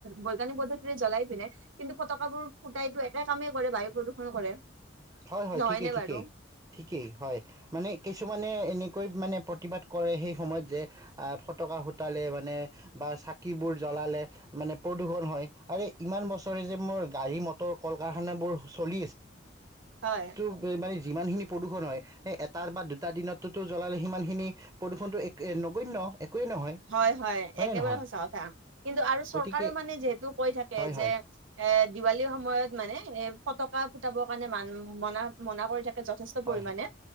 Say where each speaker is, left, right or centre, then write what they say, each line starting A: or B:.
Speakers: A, on the right; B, on the right.
A: বৈজ্ঞানিক পদ্ধতিৰে জ্বলাই পিনে কিন্তু ফটকা বোৰ ফুটাই এইটো একে কামেই কৰে বায়ু প্ৰদূষণ কৰে
B: হয় হয়
A: নহয়নে
B: ঠিকেই ঠিকেই
A: বাৰু
B: ঠিকেই হয় মানে কিছুমানে এনে ম প্ৰতিবাদ কৰে সেই সময়ত যে ফকা সুতালে মানে বা চাকোৰ মানে প্ৰণ হয় ই বছৰে ম গাডী ম
A: হয়
B: যি হয় এটাৰ বা দুটা দিনতোতো জ্বলালে সিমান খিনি প্ৰদূষণটো এক নগন্য একোৱেই নহয়
A: হয় হয়
B: হয়নে
A: একেবাৰে
B: নহয়
A: সঁচা কথা কিন্তু আৰু
B: গতিকে
A: চৰকাৰেও মানে যিহেতু কৈ থাকে
B: হয় হয়
A: যে এ দিৱালীৰ সময়ত মানে এই ফতকা ফুটাবৰ কাৰণে মান মনা মনা কৰি থাকে যথেষ্ট
B: হয়
A: পৰিমণে
B: হয়